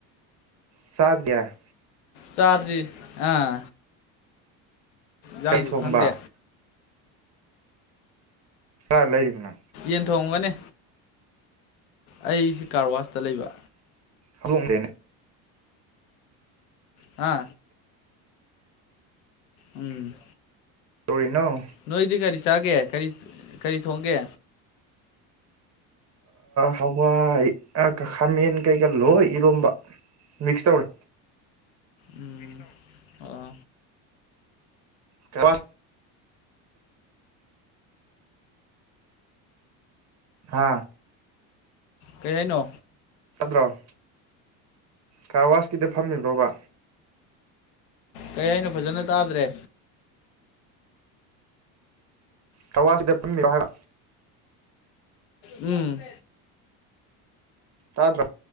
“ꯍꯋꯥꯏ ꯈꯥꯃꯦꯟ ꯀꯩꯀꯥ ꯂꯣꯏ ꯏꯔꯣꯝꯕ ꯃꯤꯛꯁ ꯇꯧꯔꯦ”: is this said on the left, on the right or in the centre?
Right